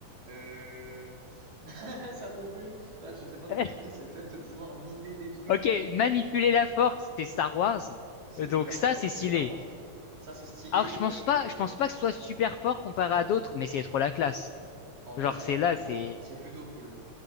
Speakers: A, on the right; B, on the left.
A: Euh... <laughs> ça non plus. Ça, je sais pas non
B: <laughs>
A: plus ce que c'est. C'est le fait de pouvoir mimer des trucs.
B: Ok, manipuler la force, c'est Star Wars.
A: C'est
B: Euh, Donc
A: hyper
B: ça,
A: fort.
B: c'est
A: C'est
B: stylé.
A: Star Wars. Ça, c'est stylé.
B: Alors, je pense
A: Euh...
B: pas, je pense pas que ce soit super fort comparé à d'autres, mais c'est trop la classe.
A: En vrai,
B: Genre,
A: ça
B: c'est
A: va dans.
B: là, c'est.
A: C'est plutôt cool.